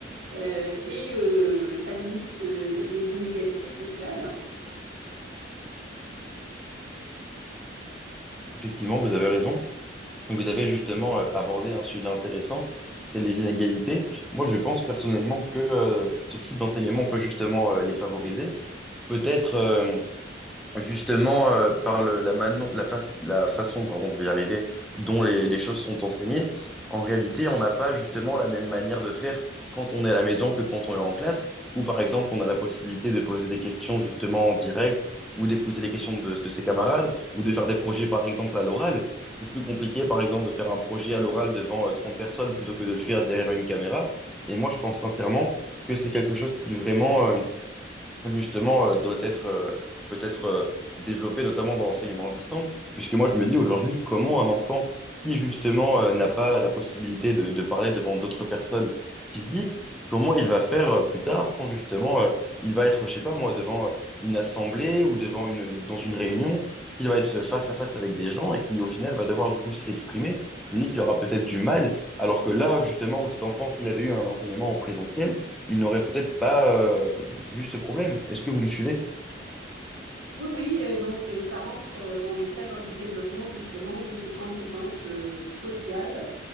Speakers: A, on the right; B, in the centre.
A: euh, et euh, ça limite euh, les inégalités sociales.
B: Effectivement, vous avez raison. Et Vous avez justement euh, abordé un sujet intéressant, c'est les inégalités. Moi, je pense personnellement que euh, ce type d'enseignement peut justement euh, les favoriser. Peut-être euh, Justement, euh, par le- la, manon- la, face- la façon, pardon, je vais y arriver, dont les, les choses sont enseignées, en réalité, on n'a pas justement la même manière de faire quand on est à la maison que quand on est en classe, où par exemple, on a la possibilité de poser des questions justement en direct, ou d'écouter les questions de, de ses camarades, ou de faire des projets par exemple à l'oral. C'est plus compliqué, par exemple, de faire un projet à l'oral devant euh, 30 personnes plutôt que de le faire derrière une caméra. Et moi, je pense sincèrement que c'est quelque chose qui vraiment, euh, justement, euh, doit être euh, peut-être euh, développé, notamment dans l'enseignement à distance, puisque moi, je me dis aujourd'hui, comment un enfant qui, justement, euh, n'a pas la possibilité de, de parler devant d'autres personnes physiques, comment il va faire euh, plus tard quand, justement, euh, il va être, je sais pas moi, devant euh, une assemblée ou devant une, dans une réunion, il va être face à face avec des gens et qui, au final, va devoir, du coup, s'exprimer. Je me dis qu'il aura peut-être du mal, alors que là, justement, où cet enfant, s'il avait eu un enseignement en présentiel, ils n'auraient peut-être pas euh, vu ce problème. Est-ce que vous me suivez?
A: Oui, oui, euh, donc euh, ça rentre euh, dans le cadre du développement justement de ces compétences euh, sociales